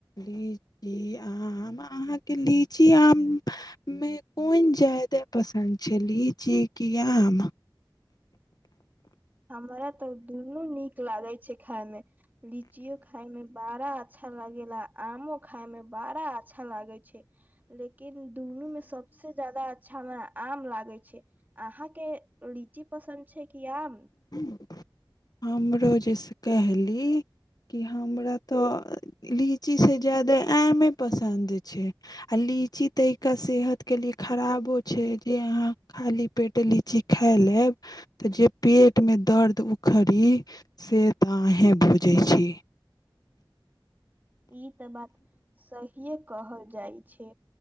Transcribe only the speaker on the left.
लीची अहंहाँ अहाँके लीची आम मे कोन ज्यादा लीची की आम
हमरो जेयस कहली कि हमरा तऽ लीचीसँ ज्यादा आमे पसन्द आ लीची तैका सेहत के लिए खराबो छै जे अहाँ खाली पेट लीची खाय लेब तऽ जे पेटमे दर्द उखरि सेत अहें बुझ जे छी